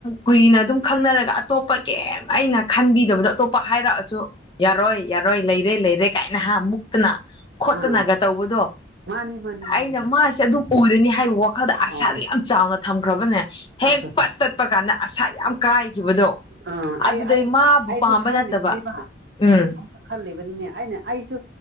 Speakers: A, on the left (about 25°); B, on the right (about 55°).
A: ꯀꯨꯏꯅ ꯑꯗꯨꯝ ꯈꯪꯅꯔꯒ ꯑꯇꯣꯞꯄ ꯀꯦꯝ ꯑꯩꯅ ꯈꯟꯕꯤꯗꯕꯗꯣ꯫ ꯑꯇꯣꯞꯄ ꯍꯥꯏꯔꯛꯑꯁꯨ ꯌꯥꯔꯣꯏ-ꯌꯥꯔꯣꯏ ꯂꯩꯔꯦ-ꯂꯩꯔꯦ ꯀꯥꯏꯅ ꯍꯥ ꯃꯨꯛꯇꯅ꯫ ꯈꯣꯠꯇꯅꯒ
B: ꯑꯥ
A: ꯇꯧꯕꯗꯣ꯫
B: ꯃꯥꯅꯤ ꯃꯥꯅꯤ
A: ꯑꯩꯅ
B: ꯃꯥꯅꯤ
A: ꯃꯥꯁꯦ ꯑꯗꯨꯝ ꯎꯔꯅꯤ ꯍꯥꯏꯕ ꯋꯥꯈꯜꯗ ꯑꯁꯥꯗ
B: ꯑꯣ
A: ꯌꯥꯝ ꯆꯥꯎꯅ ꯊꯝꯈ꯭ꯔꯕꯅꯦ ꯍꯦꯛ꯫
B: ꯑꯁ ꯑꯁ
A: ꯇꯠꯄ ꯀꯥꯟꯗ ꯑꯁꯥ ꯌꯥꯝ꯫ ꯀꯥꯏꯈꯤꯕꯗꯣ
B: ꯑ
A: ꯑꯗꯨꯗꯩ
B: ꯑꯩ-ꯑꯩ
A: ꯃꯥꯕꯨ
B: ꯑꯩꯁꯨ
A: ꯄꯥꯝꯕ
B: ꯈꯜꯂꯤꯃꯦꯕ꯫
A: ꯅꯠꯇꯕ ꯎꯝ
B: ꯑꯩꯁꯨ ꯈꯜꯂꯤꯕꯅꯤꯅꯦ ꯑꯩꯅ ꯑꯩꯁꯨ